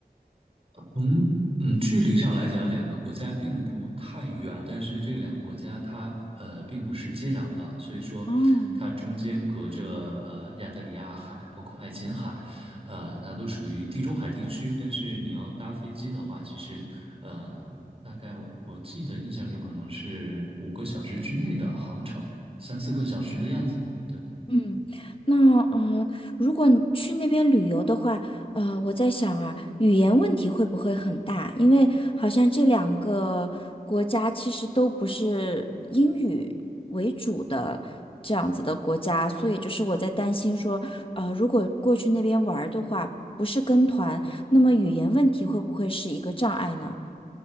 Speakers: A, on the right; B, on the left.
A: 从嗯距离上来讲，两个国家并不太远，但是这两个国家它呃并不是接壤的，所以说它中间隔着呃亚得里亚海，
B: 哦，
A: 包括爱琴海，呃，它都属于地中海地区。但是你要搭飞机的话，其实呃大概我我记得印象中可能是五个小时之内的航程，三四个小时的样子。对。
B: 嗯，那呃，如果你去那边旅游的话，呃，我在想啊，语言问题会不会很大？因为好像这两个国家其实都不是英语为主的这样子的国家，所以就是我在担心说，呃，如果过去那边玩儿的话，不是跟团，那么语言问题会不会是一个障碍呢？